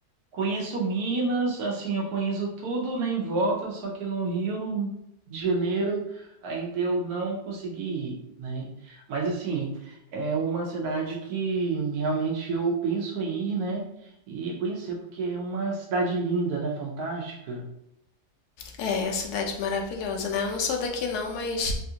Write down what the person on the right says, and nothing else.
Conheço Minas, assim, eu conheço tudo, né, em volta, só que no Rio de Janeiro ainda eu não consegui ir, né? Mas, assim, é uma cidade que realmente eu penso em ir, né, e conhecer, porque é uma cidade linda, né, fantástica.